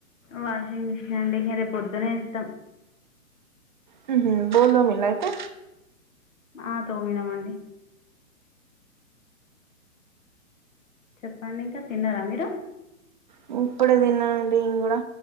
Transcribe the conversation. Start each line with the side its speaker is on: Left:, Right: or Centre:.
Left: వాషింగ్ మిషనా అండి. ఇంగ రేపొద్దునే ఇస్తాం.
Right: హుహ్మ్, బోల్ల్తోమిలైతే
Left: ఆ తోమీనామండి. చెప్పండి. ఇంకా తిన్నారా మీరు
Right: హ్మ్ ఇప్పుడే తిన్నా అండి. ఇం కూడా